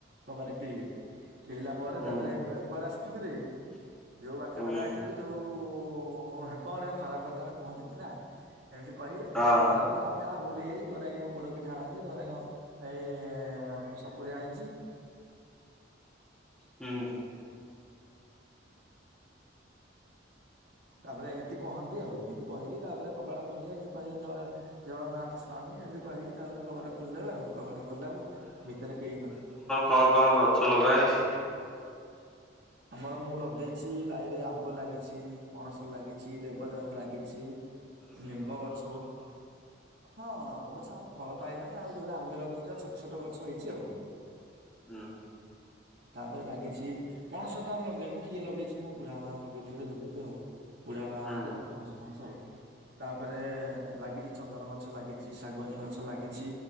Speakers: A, on the right; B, in the centre.
A: କବାଟ କିଳିବେ। କିଳିଲା ପରେ
B: ହୁଁ
A: ତାପରେ କହିବେ କୁଆଡେ ଆସିଚୁ କିରେ। ଯଉ ବାଟେ
B: ହୁଁ
A: ବାଟେ ଆଇଥିଲୁ ଯଉ ହେ କଣ ଖରାପ୍ କଥା କୁହନ୍ତିନି ନା। ଏମିତି କହିବେ କହିଲା
B: ହଁ
A: ପରେ ହ ଯାହା ଭୁଲ୍ ହେଇଯାଇଚି ତୋ ନାଗି ମୁଁ ପୋଡ ପିଠା ଆଣିଚି ତୋ ନାଗି ହଁ ଏଇ ସପୁରୀ ଆଣିଚି।
B: ହୁଁ।
A: ତାପରେ ଏମିତି କହନ୍ତି ଆଉ ଏମିତି କହିକି ତାପରେ କବାଟ ଖୋଲିବେ କହିବେ ଜୟ ଜଗନ୍ନାଥ ସ୍ବାମୀ ଏମିତି କହିକି ତାପରେ କବାଟ ଖୋଲିଦେବେ ଆଉ କବାଟ ଖୋଲିଲାକୁ ଆଉ ଭିତରେ କେହି ନ
B: କଣ୍ କଣ୍ ଗଛ ଲଗା ହେଇଚି?
A: ଆମର ମୁଁ ଲଗେଇଚି ବାଇରେ ଆମ୍ବ ଲାଗିଚି ପଣସ ଲାଗିଚି ଦେବଦାରୁ ଲାଗିଚି। ଲିମ୍ବ ଗଛ ଗୋଟେ ହଁ ଆମ୍ବ ଗଛ ଆମ ଫଳ ପାଇଲାଣି ଆଉ ଯଉରା ଆମେ ଲଗେଇଚୁ ହେରା ଛୋଟ ଛୋଟ ଗଛ ହେଇଚି ଆଉ।
B: ହୁଁ
A: ତାପରେ ଲାଗିଛି ପଣସ ତ ଆମେ ଲଗେଇନୁ କିଏ ଲଗେଇଚି ମୁଁ ବୁଢା ବା ଲଗେଇଥିବେ -ଲଗେଇଥିବେ ଆଉ। ବୁଢା ବାହା
B: ହୁଁ
A: ହେକେ ଆଉ ପଣସ ପଣସ ଆଉ। ତାପରେ ଲାଗିଚି ଚନ୍ଦନ ଗଛ ଲାଗିଚି ଶାଗୁଆନୀ ଗଛ ଲାଗିଚି।